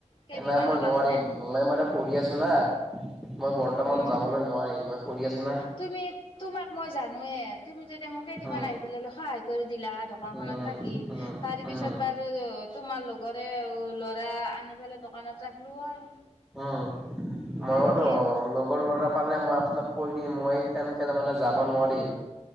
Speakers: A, on the left; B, in the centre.
A: কেইদিনমানৰ
B: নাই মই নোৱাৰিম,
A: কাৰণে
B: মই মানে পঢ়ি আছো না মই বৰ্তমান
A: অ
B: যাবলৈ নোৱাৰিম মই পঢ়ি আছো না
A: তুমি তোমাক মই জানোৱেই তুমি যদি মোক কেইদিনমান
B: উম,
A: আহি পেলাই সহায় কৰি দিলা দোকানখনত
B: উম,
A: থাকি
B: উম,
A: তাৰি
B: উম।
A: পিছত বাৰু ৰু তোমাৰ লগৰে ল'ৰা আনি পেলাই দোকানত ৰাখিলো হয়
B: উম মইয়োতো
A: সেনেকে
B: লগৰ ল'ৰা পালে মই তুমাক কৈ দিম মই তেনকে মানে যাব নোৱাৰিম